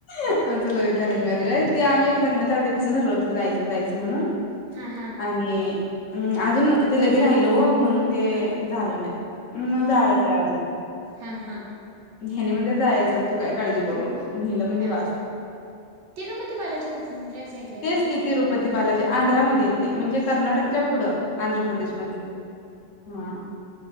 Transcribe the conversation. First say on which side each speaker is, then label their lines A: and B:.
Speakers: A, on the left; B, on the right.
A: आमच लव्ह वीथ अरेंज मॅरेज हाय, ते आम्ही
B: हा
A: लग्नाच्या आधीपासून ठरवलं होतं जायच जायचं म्हणून
B: हा हा.
A: आणि, अजून ते लगे राहिलं ओ म्हणून ते
B: हा
A: झालं नाही, म जायाचं हाय अजून.
B: हां हां.
A: ह्यनी म्हणत्यात जायाचं, तू काय काळजी करू नको. नेलं म्हणजे
B: हा
A: बास,
B: तिरुपती बालाजी कुठल्या साईडला येतोय
A: तेच कि तीरु पती बालाजी, आंध्रामध्ये येतय, म्हणजे कर्नाटकच्या
B: ग?
A: पुढं आंध्र प्रदेशमध्ये, हां.